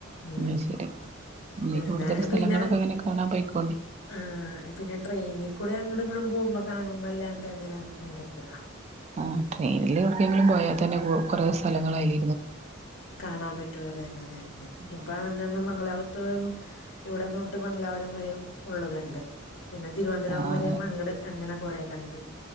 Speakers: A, on the left; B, on the right.
A: ഉം
B: അത് ശരി ഇനി
A: പിന്നെ
B: കൂടുതൽ സ്ഥലങ്ങളൊക്കെ
A: പിന്നെ
B: അങ്ങനെ കാണാൻ പോയിക്കോണ്ടി
A: അഹ് പിന്നെ ട്രെയിനി കൂടെ അങ്ങടും ഇങ്ങടും പോവുമ്പോ കാണുന്നല്ലാണ്ടെ അങ്ങനെ കണ്ട്ട്ട്ലാ
B: ആ ട്രെയിനില് എവ്ട്ക്കെങ്കിലും പോയാ തന്നെ കു കൊറെ സ്ഥലങ്ങളായില്
A: കാണാ പറ്റും അതന്നെ അതന്നെ
B: അതന്നെ
A: ഇപ്പ നിങ്ങന്നും മംഗലാപുര <unintelligible> ഇവിടെന്നോട്ട് മംഗലാപുരം വരെയും ഫുള്ള് കണ്ട് പിന്നെ തിരുവൻന്തരം
B: ആഹ്
A: വരെ
B: അങ്ങനെ
A: അങ്ങട് അങ്ങനെ കൊറെ കണ്ട്